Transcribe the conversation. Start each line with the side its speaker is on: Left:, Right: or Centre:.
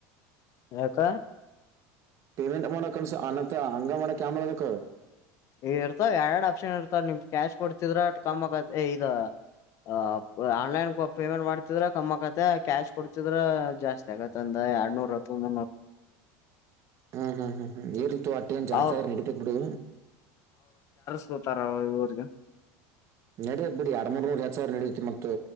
Left: ಯಾಕ
Right: ಪೇಮೆಂಟ್ ಮಾಡಕ್ ಅನ್ಸ ಅನತ್ತ ಹಂಗ ಮಾಡಕ್ ಆಾಮ್ರ ಅದಕ್
Left: ಈ ಇರ್ತಾವ ಎರ ಆಪ್ಷನ್ ಇರ್ತಾವ ನಿಮ್ ಕ್ಯಾಶ್ ಕೊಡ್ತಿದ್ರ ಕಮ್ ಆಗತ್ ಇ ಆ ಆನ್ಲೈನ್ ಪೇಮೆಂಟ್ ಮಾಡ್ತಿದ್ರ ಕಮ್ಮ ಆಕತ್ತ ಕ್ಯಾಶ್ ಕೊಡ್ತಿದ್ರ ಜಾಸ್ತಿ ಆಗತ್ತ ಅಂದ <unintelligible>
Right: ಹ್ಮ್ ಹ್ಮ್ ಹ್ಮ್ ಹ್ಮ್ ಏರ್ತತ್ತು ಅಟ್ಟಿ ನ್ ಜಾಸ್ತಿ
Left: ಅವ್ರ
Right: ಆದ್ರೆ ನಡೀತಿಕ್ ಬಿಡು
Left: ಸತಾರ ಇವರ್ಗ
Right: ನಡತ್ ಬಿಡಿ ಎರ ಮೂರ್ ಮೂೂರ್ ಎತ್ ಸಾವಿರ ನಡತಿ ಮತ್ತ